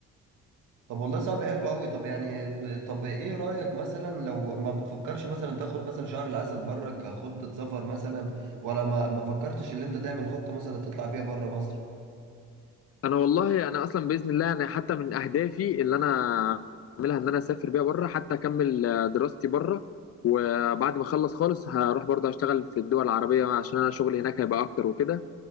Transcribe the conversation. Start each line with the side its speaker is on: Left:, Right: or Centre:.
Right: طب والله صعب حلو قوي طب يعني ب... طب ايه رأيك مثلا لو ما بتفكرش مثلا تاخد مثلا شهر العسل بره كخطة سفر مثلا ولا ما ما فكرتش ان انت تعمل خطة مثلا تطلع بيها بره مصر
Left: انا والله انا اصلا باذن الله انا حتى من اهدافي اللي انا اعملها ان انا اسافر بيها بره حتى اكمل آه، دراستي بره وبعد ما اخلص خالص هروح برضه اشتغل في الدول العربيه عشان انا شغلي هناك هيبقى اكتر وكده